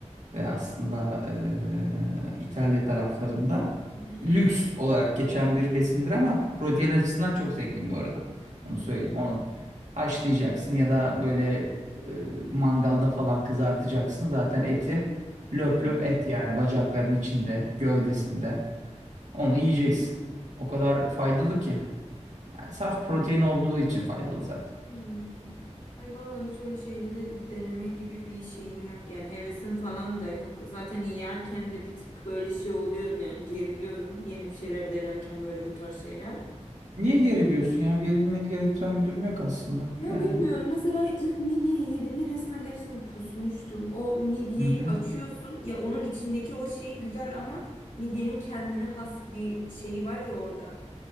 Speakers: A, on the right; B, on the left.
A: ve aslında eee, İtalya taraflarında
B: Hı hı.
A: lüks olarak geçen bir besindir ama protein açısından çok zengin bu arada.
B: Hmm.
A: Onu söyleyeyim. Onun haşlayacaksın ya da böyle eee, mangalda falan kızartacaksın. Zaten eti löp
B: <clears throat>
A: löp et yani bacaklarının içinde, gövdesinde. Onu yiyeceksin. O kadar faydalı ki. Yani saf protein olduğu için faydalı zaten.
B: Hmm. Ay vallahi hiç öyle şeyleri deneme gibi bir şeyim yok yani hevesim falan da yok. Zaten yerken de bir tık böyle şey oluyorum yani geriliyorum yeni bir şeyler denerken böyle bu tarz şeyler.
A: Niye geriliyorsun ya? Gerilmeni gerektiren bir durum yok aslında.
B: Ya
A: Yani
B: bilmiyorum. Mesela ilk midyeyi yediğimde resmen gerçekten kusmuştum. O midyeyi
A: Hı hı.
B: açıyorsun. Ya onun içindeki o şey güzel ama midyenin kendine has bir şeyi var ya orada.